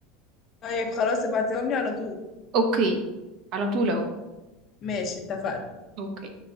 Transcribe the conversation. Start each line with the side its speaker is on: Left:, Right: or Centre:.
Left: طيب خلاص ابعتيهم لي على طول
Right: اوكي على طول اهو
Left: ماشي اتفقنا
Right: اوكي